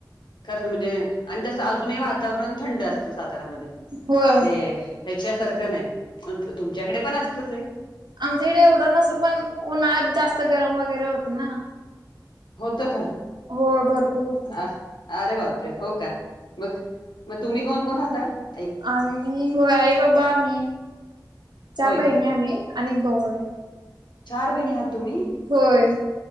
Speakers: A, on the left; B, on the right.
A: खरंच म्हणजे आणि तसं अजूनही वातावरण थंड असतं साताऱ्यामध्ये.
B: होय
A: ते ह्याच्यासारखं नाही अन तू तुमच्याकडे पण असतच हे.
B: आमच्या इडे एवड नसतं पण, उन्हाळ्यात जास्त गरम वगैरे होत ना.
A: होत का
B: होय भरपूर होतं
A: आ अरे वापरे हो का बग मग तुम्ही कोण, कोण राहताय
B: आणि हो आई बाबा आम्ही चार
A: होय
B: बहिणी
A: का
B: आम्ही अनेक भाऊ आहे
A: चार बहिणी आहात तुम्ही?
B: होय.